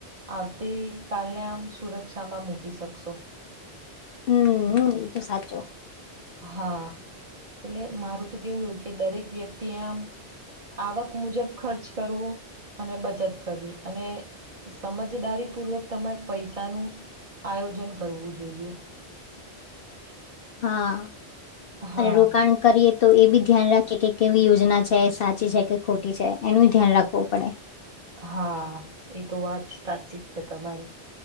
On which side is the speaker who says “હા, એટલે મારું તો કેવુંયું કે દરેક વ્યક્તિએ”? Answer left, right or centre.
Right